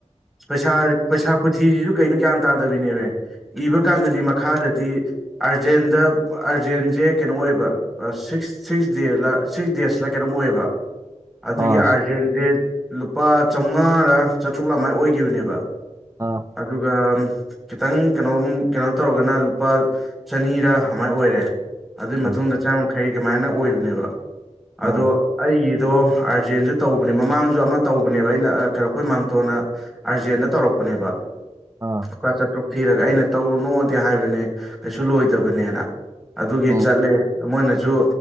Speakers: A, in the centre; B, on the right.
A: ꯄꯩꯁꯥ ꯄꯩꯁꯥ ꯈꯨꯊꯤꯖꯤꯖꯨ ꯀꯩꯅꯣ ꯒ꯭ꯌꯥꯟ ꯇꯥꯗꯕꯤꯅꯦꯃꯦ ꯏꯕ ꯀꯥꯟꯗꯗꯤ ꯃꯈꯥꯗꯗꯤ ꯑꯥꯔꯖꯦꯟꯗ ꯑꯥ ꯑꯥꯔꯖꯦꯟꯖꯦ ꯀꯩꯅꯣ ꯑꯣꯏꯕ ꯑꯥ ꯁꯤꯛꯁ ꯁꯤꯛꯁ ꯗꯦꯜꯂ ꯁꯤꯛꯁ ꯗꯦꯖꯂ ꯀꯩꯅꯣꯝ ꯑꯣꯏꯌꯦꯕ ꯑꯗꯨꯒꯤ
B: ꯑꯥ
A: ꯑꯥꯔꯖꯦꯟꯖꯦ ꯂꯨꯄꯥ ꯆꯧꯉꯥꯔꯥ ꯆꯥꯇ꯭ꯔꯨꯛ ꯑꯃꯥꯏ ꯑꯣꯏꯒꯤꯕꯅꯦꯕ
B: ꯑꯥ
A: ꯑꯗꯨꯒ ꯈꯤꯇꯪ ꯀꯩꯅꯣꯝ ꯀꯩꯅꯣ ꯇꯧꯔꯒꯅ ꯂꯨꯄꯥ ꯆꯅꯤꯔ ꯑꯃꯥꯏ ꯑꯣꯏꯔꯦ ꯑꯗꯨꯏ ꯃꯇꯨꯡꯗ
B: ꯑꯥ ꯑꯥ
A: ꯆꯥꯝꯌꯥꯡꯈꯩ ꯀꯃꯥꯏꯅ ꯑꯣꯏꯕꯅꯦꯕ ꯑꯗꯣ
B: ꯑꯥ
A: ꯑꯩꯒꯤꯗꯣ ꯑꯥꯔꯖꯦꯟꯖꯨ ꯇꯧꯕꯅꯦ ꯃꯃꯥꯡꯁꯨ ꯑꯃ ꯇꯧꯕꯅꯦꯕ ꯑꯩꯅ ꯀꯩꯅꯣ ꯑꯩꯈꯣꯏ ꯃꯥꯝꯇꯣꯟꯅ ꯑꯥꯔꯖꯦꯟꯗ ꯇꯧꯔꯛꯄꯅꯦꯕ
B: ꯑꯥ
A: ꯂꯨꯄꯥ ꯆꯥꯇ꯭ꯔꯨꯛ ꯊꯤꯔꯒ ꯑꯩꯅ ꯇꯧꯔꯨꯅꯣꯗꯤ ꯍꯥꯏꯕꯅꯦ ꯀꯩꯁꯨ ꯂꯣꯏꯗꯕꯅꯦꯅ ꯑꯗꯨꯒꯤ
B: ꯎꯝ
A: ꯆꯠꯂꯦ ꯃꯣꯏꯅꯁꯨ